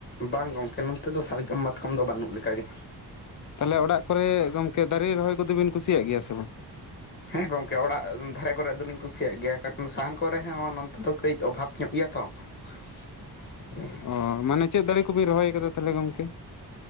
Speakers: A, on the left; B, on the left.
A: ᱵᱟᱝ ᱜᱚᱝᱠᱮ ᱱᱚᱱᱛᱮ ᱫᱚ ᱥᱟᱨᱡᱚᱢ ᱢᱟᱛᱠᱚᱢ ᱫᱚ ᱵᱟᱹᱱᱩᱜ ᱞᱮᱠᱟ ᱜᱮ᱾
B: ᱛᱟᱦᱞᱮ ᱚᱲᱟᱜ ᱠᱚᱨᱮ ᱜᱚᱝᱠᱮ ᱫᱟᱨᱮ ᱨᱚᱦᱚᱭ ᱠᱚᱫᱚ ᱵᱤᱱ ᱠᱩᱥᱤᱭᱟᱜ ᱜᱮᱭᱟ ᱥᱮ ᱵᱟᱝ?
A: ᱦᱮᱸ ᱜᱚᱢᱠᱮ ᱚᱲᱟᱜ ᱫᱷᱟᱨᱮ ᱠᱚᱨᱮᱜ ᱫᱚᱞᱤᱧ ᱠᱩᱥᱤᱭᱟᱜ ᱜᱮᱭᱟ ᱠᱟᱨᱚᱱ ᱥᱟᱦᱟᱱ ᱠᱚᱨᱮ ᱦᱚᱸ ᱱᱚᱛᱮ ᱫᱚ ᱠᱟᱹᱡ ᱚᱵᱷᱟᱵᱽ ᱧᱚᱜ ᱜᱮᱭᱟ ᱛᱚ᱾ <unintelligible>
B: ᱚ ᱢᱟᱱᱮ ᱪᱮᱫ ᱫᱟᱨᱮ ᱠᱚᱵᱤᱱ ᱨᱚᱦᱚᱭ ᱟᱠᱟᱫᱟ ᱛᱟᱦᱞᱮ ᱜᱚᱢᱠᱮ?